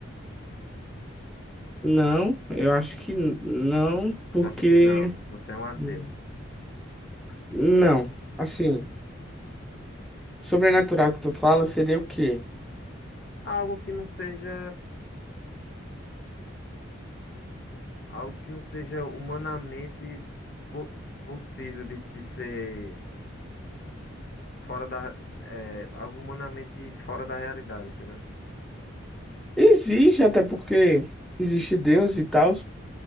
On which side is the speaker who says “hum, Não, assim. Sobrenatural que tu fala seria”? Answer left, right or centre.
Centre